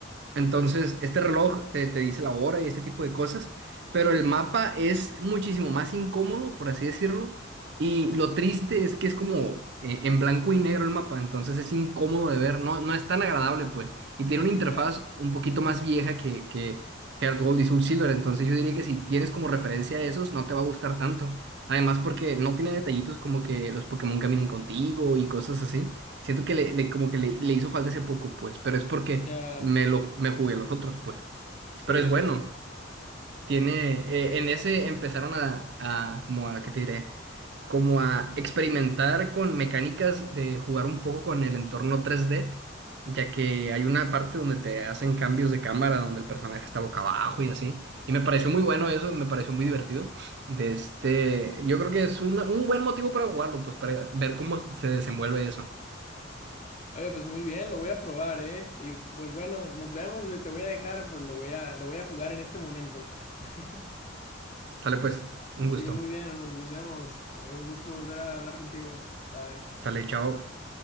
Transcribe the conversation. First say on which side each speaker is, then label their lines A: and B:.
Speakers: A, on the right (about 60°); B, on the left (about 35°).
A: Entonces, este reloj te, te dice la hora y este tipo de cosas, pero el mapa es muchísimo más incómodo, por así decirlo, y lo triste es que es como eh, en blanco y negro el mapa, entonces es incómodo de ver, no, no es tan agradable, pues, y tiene
B: Mm,
A: una interfaz
B: ya.
A: un poquito más vieja que, que Heart Gold y Soul Silver, entonces yo diría que si tienes como referencia a esos, no te va a gustar tanto, además porque no tiene detallitos como que los Pokémon caminen contigo y cosas así. Siento que le, le- como que le, le hizo falta ese poco, pues, pero es porque
B: Ya.
A: me lo me jugué los otros, pues.
B: Sí,
A: Pero es bueno.
B: sí, pues
A: Tiene,
B: muy
A: eh,
B: bien.
A: en ese empezaron a, a, como a, ¿qué te diré? Como a experimentar con mecánicas de jugar un poco con el entorno 3D, ya que hay una parte donde te hacen cambios de cámara, donde el personaje está boca abajo y así. Y me pareció muy bueno eso, me pareció muy divertido. De este, yo creo que es un, un buen motivo para jugarlo, pues para ver cómo se desenvuelve eso.
B: Oye, pues muy bien, lo voy a probar, ¿eh? Y pues bueno, nos vemos, eh, te voy a dejar, pues lo voy a, lo voy a jugar en este momento. <laughs>
A: Sale pues, un
B: Sí,
A: gusto.
B: muy bien, nos, nos vemos. Eh, Un gusto volver a hablar contigo. Bye.
A: Sale, chao.